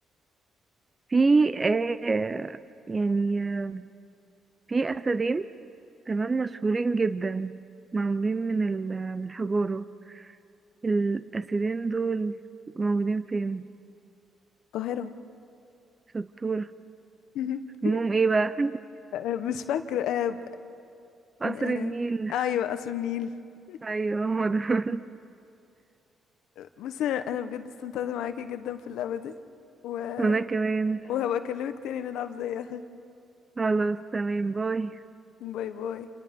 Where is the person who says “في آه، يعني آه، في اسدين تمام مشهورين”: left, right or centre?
Right